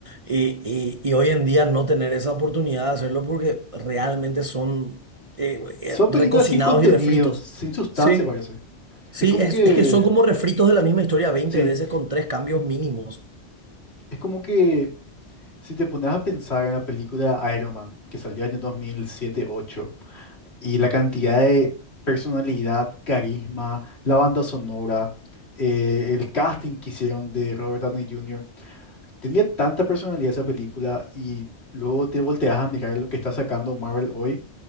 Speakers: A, on the right; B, on the left.
A: y, y- y hoy en día no tener esa oportunidad de hacerlo porque realmente son eh, eh,
B: Son películas
A: recocinados
B: sin contenido,
A: y refritos.
B: sin sustancia,
A: Sí.
B: parece.
A: Sí,
B: Es como
A: es,
B: que...
A: es que son como refritos de la misma historia veinte
B: Sí.
A: veces con tres cambios mínimos.
B: Es como que si te pones a pensar en la película Iron Man, que salió en el 2007 ocho y la cantidad de personalidad, carisma, la banda sonora, eh, el casting que hicieron de Robert Downey Jr., tenía tanta personalidad esa película y luego te volteas a mirar lo que está sacando Marvel hoy